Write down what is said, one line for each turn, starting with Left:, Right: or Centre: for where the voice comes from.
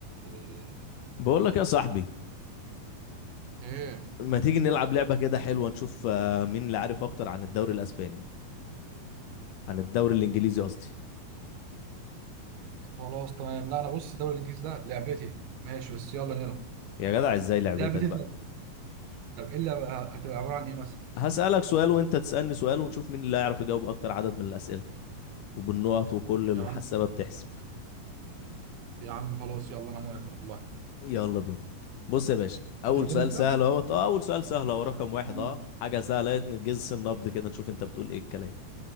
Right: ايه
Left: بقول لك يا صاحبي
Right: آه،
Left: ما تيجي نلعب لعبة كده حلوة نشوف آه، مين اللي عارف اكتر عن الدوري الاسباني عن الدوري الانجليزي قصدي
Right: خلاص تمام لا انا بص الدوري الانجليزي ده لعبتي ماشي بس يلا نلعب
Left: يا جدع ازاي لعبتك
Right: لعبتي
Left: بقى
Right: طيب طب ايه اللي هبقى- هتبقى عباره عن ايه مثلا
Left: هسألك سؤال وانت تسألني سؤال ونشوف مين اللي هيعرف يجاوب اكتر عدد من الأسئلة وبالنقط وكل الحسابة
Right: يا عم
Left: بتحسب
Right: يا عم خلاص يلا انا موافق والله
Left: يلا بينا بص يا باشا اول
Right: هتبدا
Left: سؤال سهل
Right: انت
Left: اهوت اه اول سؤال سهل اهو رقم واحد
Right: مم.
Left: اه حاجة سهلة اهي، نجز النبض كده نشوف انت بتقول ايه الكلام